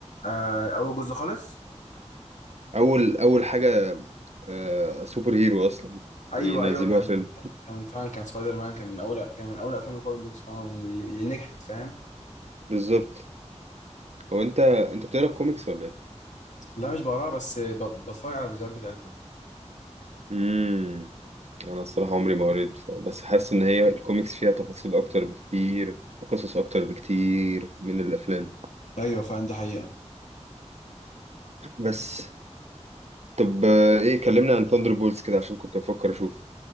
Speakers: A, on the left; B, on the right.
A: آه اول جزء خالص
B: أول أول حاجة آه سوبر هيرو أصلا
A: ايوه
B: ينزلوها
A: ايوه كان
B: فيلم
A: كان كان فعلا كان سبايدر مان كان من اول كان من اول افلام الكوميك بوكس فعلا اللي اللي نجحت فاهم
B: بالظبط هو أنت أنت بتقرا كوميكس ولا إيه؟
A: لا مش بقراها بس ب- بتفرج على الفيديوهات بتاعتها
B: امم انا الصراحه عمري ما قريت ف- بس حاسس ان هي الكوميكس فيها تفاصيل اكتر بكتير وقصص اكتر بكتير من الافلام
A: ايوه فعلا دي حقيقة
B: بس طب آه، ايه كلمنا عن ثاندر بولز كده عشان كنت بفكر اشوف